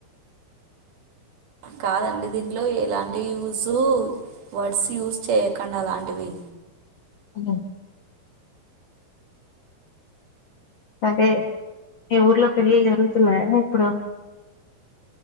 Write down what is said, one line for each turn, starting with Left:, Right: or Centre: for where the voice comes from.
Right: కాదండి దీంట్లో ఎలాంటి యూజు వర్డ్స్ యూస్ చేయకండి అలాంటివి
Left: ఊ సరే మీ ఊర్లో పెళ్ళి జరుగుతున్నాయా అండీ ఇప్పుడు